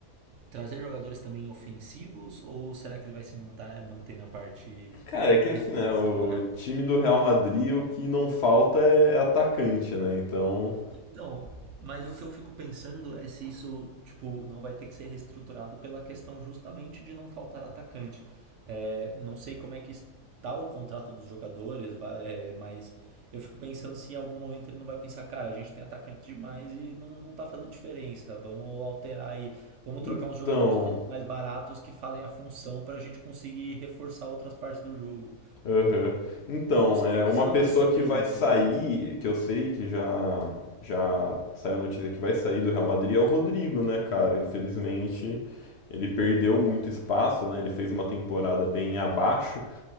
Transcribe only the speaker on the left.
Cara, é que assim,
né? O
time do Real Madrid, o que não falta é atacante, né? Então.
Então.
Aham. Então,
é
uma pessoa
que vai
sair,
que eu sei que já já saiu notícia que vai sair do Real Madrid é o Rodrigo, né, cara? Infelizmente, ele perdeu muito espaço, né? Ele fez uma temporada bem abaixo